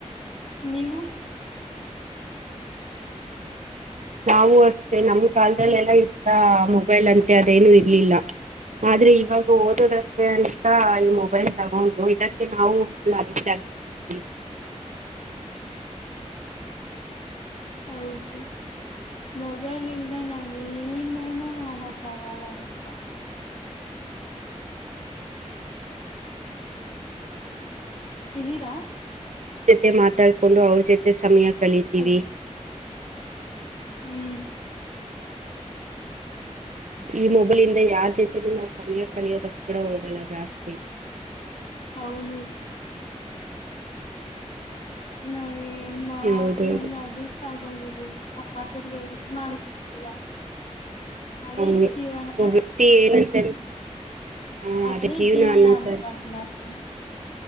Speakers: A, on the left (about 60°); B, on the right (about 80°).
A: ನೀವು?
B: ನಾವು ಅಷ್ಟೇ ನಮ್ ಕಾಲದಲ್ಲೆಲ್ಲ ಈತರ ಮೊಬೈಲ್ ಅಂತೆ ಅದೇನು ಇರ್ಲಿಲ್ಲ. ಆದ್ರೆ ಇವಾಗ ಓದೋದಕ್ಕೆ ಅಂತ ಈ ಮೊಬೈಲ್ ತಗೊಂಡು ಇದಕ್ಕೆ ನಾವು ಫುಲ್ ಅಡಿಕ್ಟ್ ಆಗಿಬಿಟ್ಟಿದ್ದೀವಿ.
A: ಹೌದು ಮೊಬೈಲ್ ಇಲ್ಲದೇ ನಾವ ಏನೇನು ಮಾಡಕ್ಕಾಗಲ್ಲ ಈಗ ಇದ್ದೀರಾ
B: ಜೊತೆ ಮಾತ ಮಾತಾಡ್ಕೊಂಡು ಅವಳ ಜೊತೆ ಸಮಯ ಕಳಿತೀವಿ
A: ಹಲ್ ಹ್ಮ್
B: ಈ ಮೊಬೈಲಿಂದ ಯಾರ ಜೊತೆಯೂ ನಾವು ಸಮಯ ಕಲಿಯೋದ ಕೂಡ ಹೋಗಲ್ಲ ಜಾಸ್ತಿ
A: ಹೌದು ನಾವೇ ಹ್ಮ
B: ಹೌದೌದು
A: ಆದ್ರೂ ಅಡಿಕ್ಟ್ ಆಗಿ ಹೋಗಿವಿ ಅಿಗೆ ಇದ ಮಾಡಲ್ಲ <inaudible> ಅದೇ
B: ಹ
A: ಜೀವನ
B: ವ್ಯಕ್ತಿ <inaudible> ಹ
A: ಅದೇ
B: ಅದ
A: ಜೀವನ
B: ಅನ್ನೋತರ
A: <unintelligible>